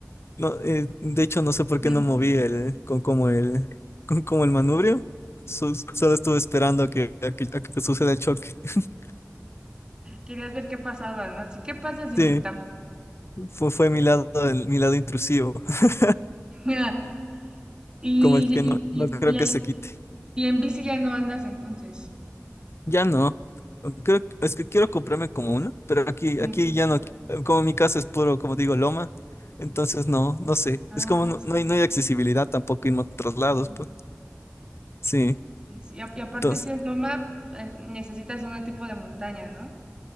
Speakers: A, on the left; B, on the right.
A: No, eh, de hecho, no sé por
B: <laughs>
A: qué no moví el, con como el, <laughs> con como el manubrio. Su- solo estuve esperando a que, a que, a que suceda el choque. <laughs>
B: Querías ver qué pasaba, ¿no? Así, ¿qué pasa si
A: Sí,
B: me está?
A: fue, fue mi lado, el- mi lado intrusivo, <laughs>
B: <laughs> Y,
A: como el que
B: y,
A: no,
B: y,
A: no creo
B: y
A: que
B: en,
A: se quite.
B: y en bici ya no andas entonces.
A: Ya no. Creo, que- es que quiero comprarme como uno, pero aquí,
B: <laughs> Ujú.
A: aquí ya no, como mi casa es puro, como digo, loma, entonces no, no sé.
B: Ah,
A: Es como no,
B: sí.
A: no hay, no hay accesibilidad tampoco en otros lados,
B: Sí,
A: pues. Sí.
B: sí, sí. Y, a- y aparte
A: entonces
B: si es loma, eh, necesitas un tipo de montaña, ¿no?